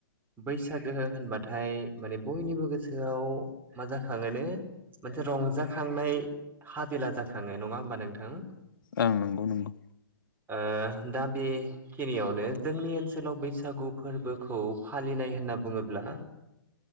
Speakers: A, on the right (about 15°); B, on the left (about 60°).
A: बैसागु गोहो होनबाथाय माने बयनिबो गोसोआव मा जाखाङोनो मोनसे रंजाखांनाय हाबिला जाखाङो नङा होमबा नोंथां
B: ओं नंगौ नंगौ
A: ओ दा बेखिनियावनो जोंनि ओनसोलाव बैसागु फोरबो खौ फालिनाय होनना बुङोब्ला